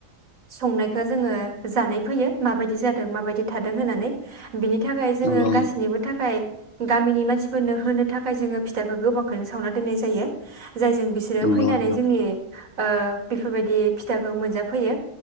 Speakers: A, on the right; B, on the left.
A: संनायखौ जोंङो जानाय फैयो माबायदि जादों माबायदि थादों होननानै बिनि थाखाय जोंङो
B: नंगौ
A: गासैनिबो थाखाय गामिनि मानसिफोरनो होनो थाखाय जोंङो फिथाइखौ गोबांखौनो सावना दोननाय जायो जायजों बिसोरो
B: नंगौ
A: फैनानै
B: नंगौ
A: जोंनि ओ बेफोरबायदि फिथाखौ मोनजाफैयो